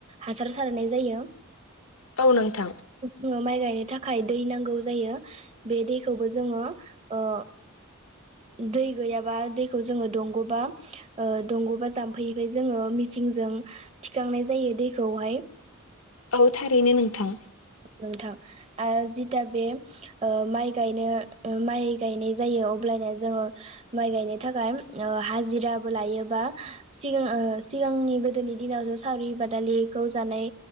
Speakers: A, on the right; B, on the left.
A: हासार सारनाय जायो।
B: औ नोंथां।
A: जोङो माइ गायनो थाखाय दै नांगौ जायो बे दैखौबो जोङो ओ दै गैयाबा दैखौ जोङो दंग'बा ओ दंग'बा जाम बेनिफाय जोङो मिसिंजों थिखांनाय जायो दैखौहाय।
B: औ थारैनो नोंथां।
A: नोंथां आरो जिथा बे ओ माइ गायनो ओ माइ गायनाय जायो अब्लानो जोङो माइ गायनो थाखाय ओ हाजिराबो लायो बा सिगां ओ सिगांनि गोदोनि दिनाव ज' सावरि बादालिखौ जानाय